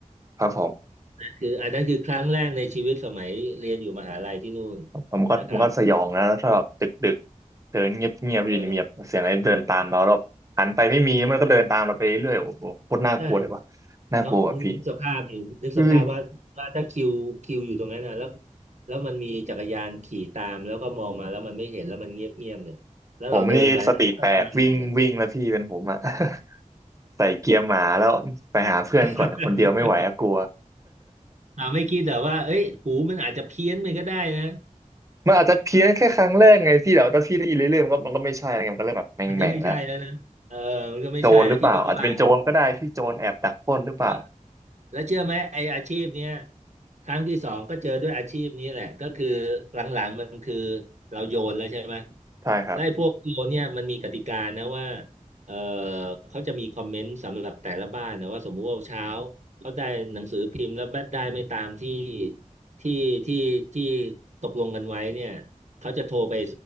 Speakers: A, on the right; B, on the right.
A: ครับผม
B: คืออันนั้นคือครั้งแรกในชีวิตสมัยเรียนอยู่มหาลัยที่นู่น
A: ผมันก็มันก็สยองนะถ้าแบบดึกดึก
B: นะครับ
A: เดินเงียบเงียบอยู่เงียบเสียงอะไรเดินตามเราเราหันไปไม่มีมันก็เดินตามเราไปเรื่อยโอ้โหโคตรน่ากลัวเลยว่ะ
B: เออใช่
A: น่ากลัวอ่ะพี่
B: เนาะนึกสภาพเห็นนึกสภาพว่าว่าถ้าคิวคิวอยู่ตรงนั้นนะแล้ว
A: เฮ้ย
B: แล้วมันมีจักรยานขี่ตามแล้วก็มองมาแล้วมันไม่เห็นแล้วมันเงียบเงียบเนี่ยแล้วเราเดินไปแล้วก็มาใหม่เนี่ย
A: ผมนี่สติแตกวิ่งวิ่งแล้วพี่เป็นผมอะ <laughs> ใส่เกียร์หมาแล้วไปหาเพื่อนก่อนคนเดียวไม่ไหวอะกลัว
B: <laughs> อ่าไม่คิดแต่ว่าเอ้ยหูมันอาจจะเพี้ยนไปก็ได้นะ
A: <laughs> มันอาจจะเพี้ยนแค่ครั้งแรกไงพี่แต่ว่าถ้าพี่ได้ยินเรื่อยๆมันก็มันก็ไม่ใช่ไงมันก็เลยแบบแหม่งแม่งแล้ว
B: มันก็ไม่ใช่แล้วนะเออมันก็ไม่ใช่แล้วพี่ก็ว่า
A: โจรหรือเปล่าอาจจะเป็นโจรก็ได้ที่โจรแอบดักปล้นหรือเปล่า
B: แล้วแล้วเชื่อไหมไออาชีพเนี้ยครั้งที่สองก็เจอด้วยอาชีพนี้แหละก็คือหลังๆมันคือเราโยนแล้วใช่ไหม
A: ใช่ครับ
B: ได้วไอ้พวกโยนเนี่ยมันมีกติกานะว่าเออเขาจะมีคอมเมนต์สำหรับแต่ละบ้านนะว่าสมมุติว่าเช้าเขาได้หนังสือพิมพ์แล้วได้ไม่ตามที่ที่ที่ที่ตกลงกันไว้เนี่ยเขาจะโทรไป